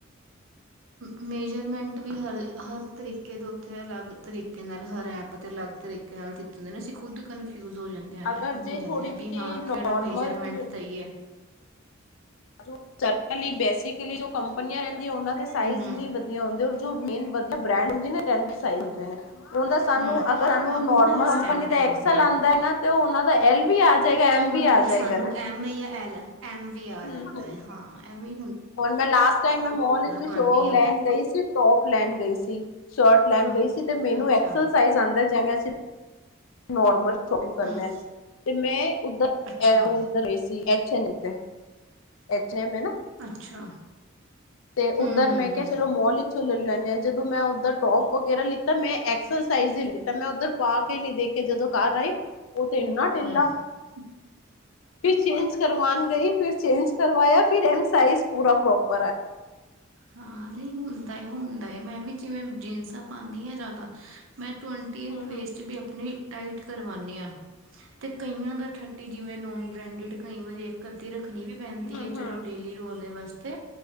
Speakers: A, on the right; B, on the left.
A: ਮੇਜਰਮੈਂਟ ਵੀ ਹਰ ਹਰ ਤਰੀਕੇ ਦੇ ਉੱਥੇ ਅਲੱਗ ਤਰੀਕੇ ਨਾਲ ਹਰ ਐਪ ਤੇ ਅਲੱਗ ਤਰੀਕੇ ਨਾਲ ਦਿੱਤੇ ਹੁੰਦੇ ਨੇ ਖੁਦ
B: ਨੇ।
A: ਕਨਫਿਊਜ਼
B: ਹੂੰ
A: ਹੋ ਜਾਂਦੇ ਆ
B: ਅਗਰ ਜੇ
A: ਹੋ ਜਾਂਦੇ
B: ਥੋੜੀ
A: ਆ
B: ਜਿਹੀ
A: ਵੀ ਹਾਂ ਕਿਹੜਾ
B: ਨੋਰਮਲ
A: ਮੇਜਰਮੈਂਟ ਦਾ ਹੀ ਹੈ <unintelligible>
B: <unintelligible> ਬੇਸਿਕਲੀ ਜੋ ਕੰਪਨੀਆਂ ਰਹਿੰਦੀਆਂ ਉਹਨਾਂ ਦੇ ਸਾਈਜ਼
A: ਹਮ
B: ਨਹੀਂ ਵਧੀਆ ਹੁੰਦੇ ਮੇਨ ਮਤਲਬ ਬ੍ਰਡ ਹੁੰਦੇ <unintelligible> ਉਹਨਾਂ ਦਾ ਸਾਨੂੰ
A: ਹੂੰ
B: ਅਗਰ ਸਾਨੂੰ
A: ਹਾਂ
B: ਨੋਰਮਲ
A: ਉਹਨਾਂ ਦੇ
B: ਕੰਪਨੀ
A: ਸਟੈਂਡਰਡ
B: ਦਾ
A: ਹੁੰਦੇ
B: ਐਕਸ ਆਉਂਦਾ
A: ਨੇ
B: ਨਾ ਉਹ ਦਾ ਐਲ ਵੀ ਆ ਜਾਏਗਾ
A: ਤੇ
B: ਐਮ
A: ਉਹਨਾਂ
B: ਵੀ ਆ
A: ਦਾ
B: ਜਾਏਗਾ
A: ਸਾਨੂੰ
B: ਨਾ
A: ਐਮ ਈ ਜਾਂ ਐਲ ਐਮ ਵੀ ਆ
B: ਹਮ
A: ਜਾਂਦਾ
B: ਹਮ
A: ਹੈ ਹਾਂ ਐਮ ਵੀ
B: ਹੁਣ ਮੈਂ ਲਾਸਟ ਟਾਈਮ ਮੋਲ ਵਿੱਚ
A: ਪਾਉਂਦੀ
B: ਸ਼ੋ ਲੈਣ
A: ਹਾਂ
B: ਗਈ ਸੀ ਟੋਪ ਲੈਣ ਗਈ ਸੀ ਸ਼ਰਟ ਲੈਣ
A: ਹਾਂ
B: ਗਈ ਸੀ ਤੇ ਮੈਨੂੰ
A: ਅੱਛਾ
B: ਐਕਸਲਸਾਈਜ਼ ਆਂਦਾ ਜਿਵੇਂ ਅਸੀਂ ਨੋਰਮਲ ਸ਼ੋਪਿੰਗ
A: ਹੂੰ
B: ਕਰਨ ਆ ਤੇ ਮੈਂ ਉੱਧਰ
A: ਅੱਛਾ
B: ਉੱਧਰ ਰਹੀ ਸੀ ਐਛ ਨਹੀਂ ਇੱਕ ਨਾ
A: ਅੱਛਾ
B: ਤੇ
A: ਹੂੰ
B: ਉੱਧਰ
A: ਹੂੰ
B: ਮੈਂ ਕਿਹਾ
A: ਹੂੰ
B: ਚਲੋ ਮੋਲ ਲੇ ਲੈਂਦੇ ਹਾਂ ਜਦੋਂ ਮੈਂ ਉੱਧਰ ਟੋਪ ਵਗੈਰਾ ਲਿੱਤਾ ਮੈਂ ਐਕਸਰਸਾਈਜ਼ ਹੀ ਲਿੱਤਾ ਮੈਂ ਉੱਧਰ ਪਾ ਕੇ ਹੀ ਨਹੀਂ ਦੇਖਿਆ ਕੇ ਜਦੋਂ ਘਰ ਆਈ ਉਹ ਤੇ ਇੰਨਾ ਟਢਿੱਲਾ
A: ਹੂੰ <inaudible>
B: ਫਿਰ ਚੇਂਜ ਕਰਵਾਨ ਗਈ ਫਿਰ ਚੇਂਜ ਕਰਵਾਇਆ ਫਿਰ ਐਮ ਸਾਈਜ਼ ਪੂਰਾ ਪ੍ਰੋਪਰ ਆਇ
A: ਹਾਂ ਨਹੀਂ ਹੁੰਦਾ ਹੁੰਦਾ ਮੈਂ ਵੀ ਜਿਵੇਂ ਜੀਨਸਾਂ ਪਾਉਦੀ ਹ ਜਿਆਦਾ ਮੈਂ ਟਵੰਟੀ ਏਥ
B: ਹੂੰ
A: ਵੇਸਚ
B: ਹੂੰ
A: ਵੀ ਆਪਣੀ ਟਾਈਟ ਕਰਵਾਉਾਨਦੇ ਹਾਂ ਤੇ ਕਈਆਂ ਦਾ ਠੱਟੀ ਜਿਵੇਂ ਨੋਨ ਬ੍ਰੈਂਡਡ ਕਈ ਵਾਰੀ ਇੱਕ ਅੱਧੀ ਰ ਰੱਖਣੀ ਵੀ ਪੈਂਦੀ
B: ਹੂੰ
A: ਹੈ
B: ਹੂੰ
A: ਚਲੋ ਡੇਲੀ ਰੋਦੇ ਵਾਸਤੇ